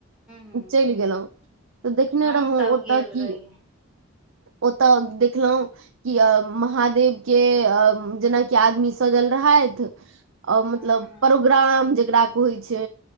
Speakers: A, in the centre; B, on the right (about 75°).
A: हूँ
B: चलि गेलौं तऽ देखने
A: हमहुँ
B: रहौ
A: सब
B: ओतऽ
A: गेल
B: की
A: रहियै
B: ओतऽ देखलौं कि अ महादेव के अ जेनाकि आदमी सजल रहथि आ
A: हँ
B: मतलब
A: हँ
B: प्रोग्राम जकरा कहइ छै